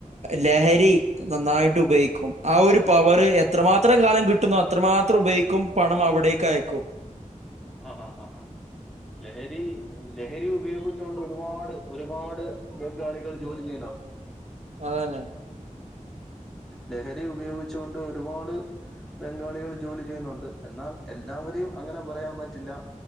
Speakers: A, on the right (about 55°); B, in the centre.
A: ലഹരി നന്നായിട്ട് ഉപയോഗിക്കും ആ ഒരു പവർ എത്രമാത്രം കാലം കിട്ടുന്നു അത്രമാത്രം ഉപയോഗിക്കും ക്കും പണം അവിടേക്ക് അയക്കും
B: ആഹ് ആഹ് ആഹ് ആഹ് ലഹരി ലഹരി ഉപയോഗിച്ചുകൊണ്ട് ഒരുപാട് ഒരുപാട് ബംഗാളികൾ ജോലി ചെയ്യുന്നു
A: അതെന്നെ
B: ലഹരി ഉപയോഗിച്ചുകൊണ്ട് ഒരുപാട് ബംഗാളികൾ ജോലി ചെയ്യുന്നുണ്ട് എന്നാൽ എല്ലാവരെയും അങ്ങനെ പറയാൻ പറ്റില്ല.